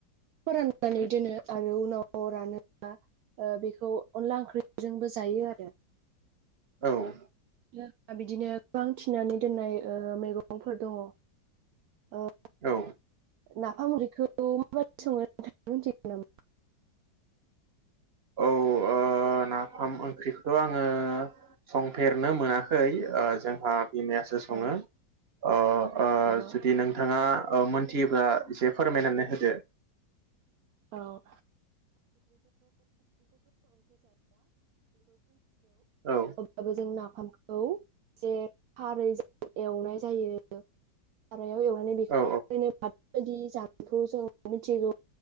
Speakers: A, on the right (about 70°); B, on the right (about 40°).
A: फोराननानै दोनो आरो उनाव रानोबा ओ बेखौ अनला ओंख्रिजोंबो जायो आरो
B: औ।
A: जोंहा बिदिनो गोबां थिनानै दोन्नाय ओ मैगंफोर दङ'। ओ
B: औ।
A: नाफाम मुरैखौ माबादि सङो नोंथाङा मिथिगौ नामा?
B: औ ओ नाफाम ओंख्रिखो आङो संफेरनो मोनाखै। ओ जोंहा बिमायासो सङो
A: ओ
B: अ ओ
A: नंगौ
B: जुदि नोंथाङा ओ मोनथियोब्ला एसे फोरमायनानै होदो।
A: <unintelligible> औ
B: औ
A: अब्लाबो जों नाफामखौ खौ जे खारैजों एवनाय जायो मायाव एवनानै बेखौ
B: औ
A: ओरैनो बाथोन बेबायदि जानायखौ जों मिथिगौ